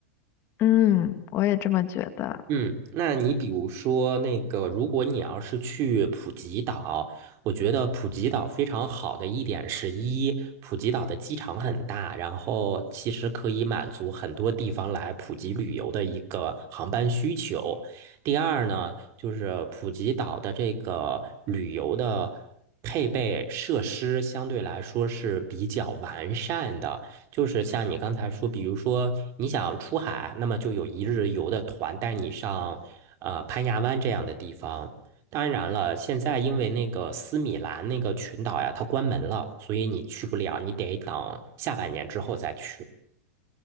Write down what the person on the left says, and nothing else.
嗯，我也这么觉得。